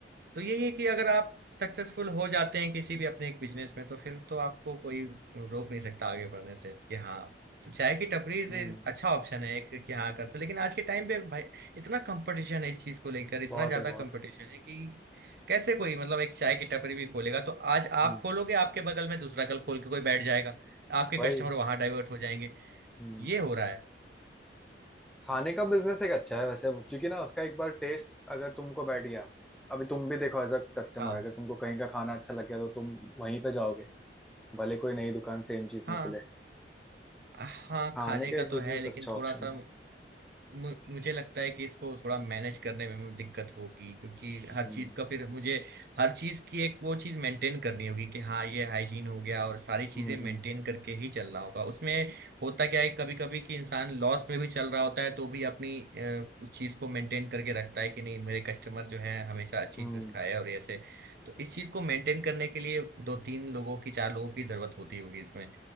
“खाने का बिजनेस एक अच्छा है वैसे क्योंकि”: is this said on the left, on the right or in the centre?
Centre